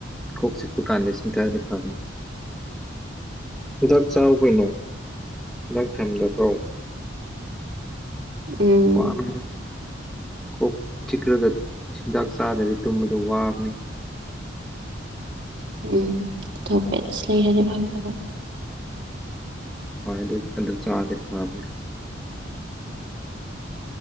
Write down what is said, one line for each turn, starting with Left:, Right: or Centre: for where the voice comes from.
Centre: ꯀꯣꯛ ꯆꯤꯛꯄ ꯀꯥꯟꯗ ꯏꯁꯤꯡꯊꯛꯑꯗꯤ ꯐꯕꯅꯤ꯫ ꯍꯤꯗꯥꯛ ꯆꯥꯎ ꯀꯩꯅꯣ ꯍꯤꯗꯥꯛ ꯊꯝꯗꯕ꯭ꯔꯣ꯫
Right: ꯎꯝ
Centre: ꯋꯕꯒꯤꯗꯤ꯫ ꯀꯣꯛ ꯆꯤꯛꯀꯔꯥꯒ ꯆꯤꯟꯗꯥꯛ ꯆꯥꯗꯕꯤ ꯇꯨꯝꯕꯗꯣ ꯋꯥꯕꯅꯦ
Right: ꯎꯝ ꯏꯁꯇꯣꯄꯦꯁ ꯂꯩꯔꯗꯤ ꯐꯒꯗꯕ
Centre: ꯐꯔꯗꯤ ꯑꯗꯨ ꯆꯥꯔꯗꯤ ꯐꯥꯕꯅꯦ꯫